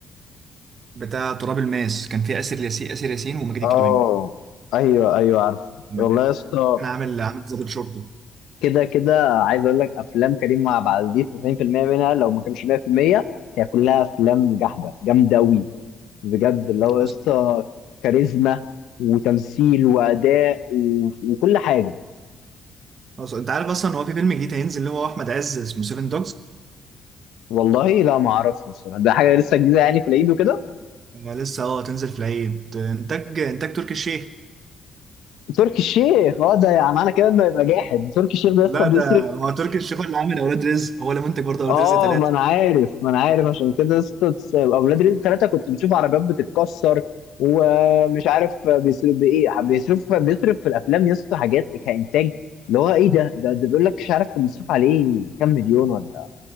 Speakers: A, on the right (about 50°); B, on the left (about 85°).
A: بتاع تراب الماس كان فيه آسر ياسين آسر ياسين وماجد
B: اه
A: الكدواني
B: ايوه ايوه عارف
A: لما
B: والله
A: كان
B: يا اسطى
A: كان عامل عامل ضابط شرطة
B: كده كده عايز اقول لك افلام كريم عبد العزيز 90% منها لو ما كانش 100% هي كلها افلام جحده جامده قوي بجد اللي هو
A: بس
B: يا اسطى كاريزما وتمثيل واداء و... وكل حاجه
A: بس انت عارف اصلا ان هو في فيلم جديد هينزل اللي هو احمد عز اسمه سيفن دوجز
B: والله لا ما اعرفش الصراحه ده حاجه لسه جديده يعني في العيد وكده
A: لسه اه تنزل في العيد انتاج انتاج تركي الشيخ
B: تركي الشيخ اه ده يعني معنى كده انه يبقى جاحد تركي الشيخ ده يا
A: لا
B: اسطى بيصرف
A: ده هو تركي الشيخ هو اللي عامل اولاد رزق هو اللي منتج برضه اولاد
B: اه
A: رزق ثلاثة
B: ما انا عارف ما انا عارف عشان كده يا اسطى تس- اولاد رزق ثلاثه كنت بتشوف عربيات بتتكسر ومش عارف بيصرف بايه بيصرف بيصرف في الافلام يا اسطى حاجات كانتاج اللي هو ايه ده ده, ده بيقول لك مش عارف كان مصروف عليه كام مليون ولا